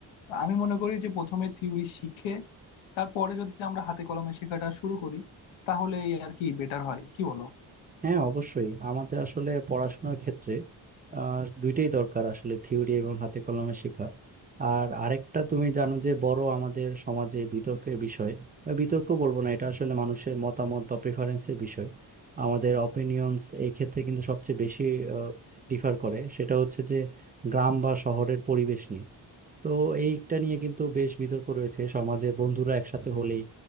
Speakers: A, on the left (about 85°); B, on the right (about 20°).
A: তো আমি মনে করি যে প্রথমে থিওরি শিখে তারপরে যদি আমরা হাতে কলমে শেখাটা শুরু করি তাহলে এই আর কি বেটার হয় কি বলো
B: হ্যাঁ অবশ্যই আমাদের আসলে পড়াশোনার ক্ষেত্রে আহ দুইটাই দরকার আসলে থিওরি এবং হাতে কলমে শেখা আর আরেকটা তুমি জানো যে বড় আমাদের সমাজে বিতর্কের বিষয় বা বিতর্ক বলবো না এটা আসলে মানুষের মতামত বা প্রেফারেন্সের বিষয় আমাদের অপিনিয়ন্স এই ক্ষেত্রে কিন্তু সবচেয়ে বেশি ডিফার করে সেটা হচ্ছে যে গ্রাম বা শহরের পরিবেশ নিয়ে তো এইটা নিয়ে কিন্তু বেশ বিতর্ক রয়েছে সমাজে বন্ধুরা একসাথে হলেই